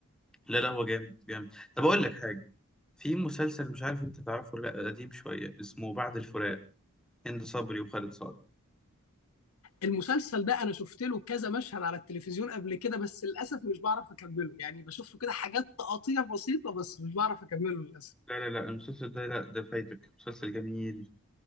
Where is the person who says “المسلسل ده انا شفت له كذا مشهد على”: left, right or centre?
Left